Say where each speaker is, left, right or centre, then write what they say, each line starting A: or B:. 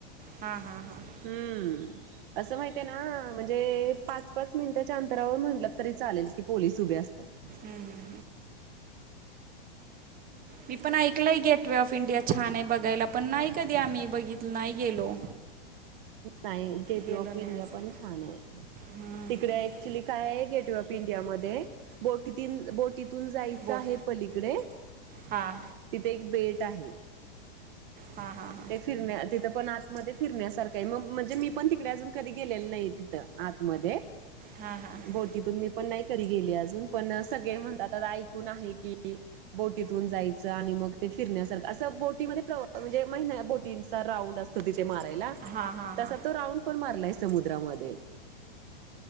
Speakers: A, on the right; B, on the right.
A: हा, हा, हां
B: हम्म असं माहित आहे ना म्हणजे पाच, पाच मिनिटाच्या अंतरावर म्हटलं तरी चालेल की पोलिस उभे असतात
A: हं. मी पण ऐकलंय गेटवे ऑफ इंडिया छान आहे बघायला पण नाही कधी आम्ही बघित नाही गेलो
B: नाही गेट
A: गेलो
B: व ऑफ
A: नाही
B: इंडिया
A: अजून
B: पण छान आहे
A: हं.
B: तिकडे ऍक्च्युली काय गेटवे ऑफ इंडिया मध्ये बोटीतीन बोटी थून जायचं
A: बोट
B: आहे पलीकडे
A: हां
B: तिथे एक बेट आहे
A: हा, हा, हा
B: ते फिरण्या तिथं पण आतमध्ये फिरण्यासारखं आहे मग म्हणजे मी पण तिकडे अजून कधी गेलीली नाही ती त आतमध्ये
A: हां हां
B: बोट तिथून मी पण नाही कधी गेले अजून पण सगळे म्हणतात आता ऐकून आहे की बोटीतून जायचं आणि मग ते फिरण्यासारखं असं बोटीमध्ये म्हणजे प्रवा म्हणजे माही ना बोटींचा राऊंड आसतो तिथे मारायला
A: हां हां हां
B: तसा तो राऊंड पण मारलाय समुद्रामध्ये